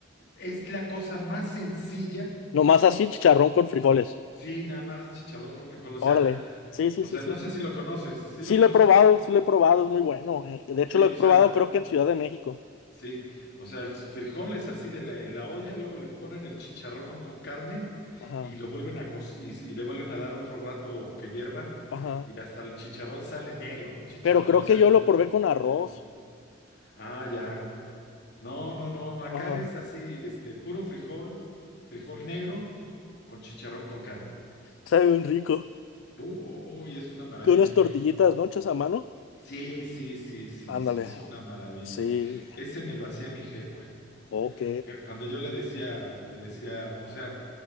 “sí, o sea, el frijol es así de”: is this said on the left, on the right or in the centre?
Left